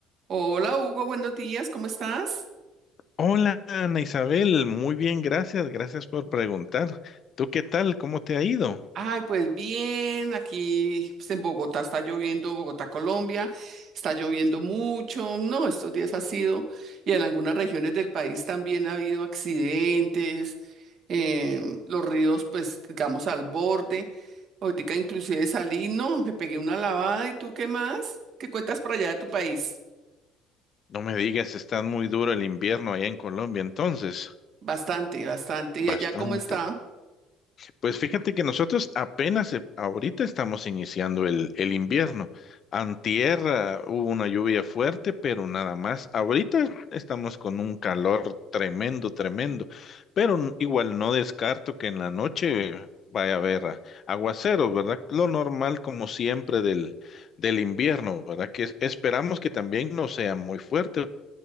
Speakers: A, on the right; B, on the left.
A: Hola Hugo, buenos días, ¿cómo estás?
B: Hola, Ana Isabel, muy bien, gracias, gracias por preguntar. ¿Tú qué tal? ¿Cómo te ha ido?
A: Ay, pues bien, aquí pues, en Bogotá está lloviendo, Bogotá, Colombia, está lloviendo mucho, no, estos días ha sido, y en algunas regiones del país también ha habido accidentes, em, los ríos pues digamos al borde, ahorita inclusive salí, no, me pegué una lavada, ¿y tú qué más? ¿Qué cuentas por allá de tu país?
B: No me digas, está muy duro el invierno allá en Colombia, entonces.
A: Bastante, bastante, ¿y
B: Bastante.
A: allá cómo está?
B: Pues fíjate que nosotros apenas eh, ahorita estamos iniciando el, el invierno. Antier, ah, hubo una lluvia fuerte, pero nada más. Ahorita estamos con un calor tremendo, tremendo. Pero n- igual no descarto que en la noche vaya a haber ah, aguaceros, ¿verdad? Lo normal como siempre del, del invierno, ¿verdad? Que es- esperamos que también no sea muy fuerte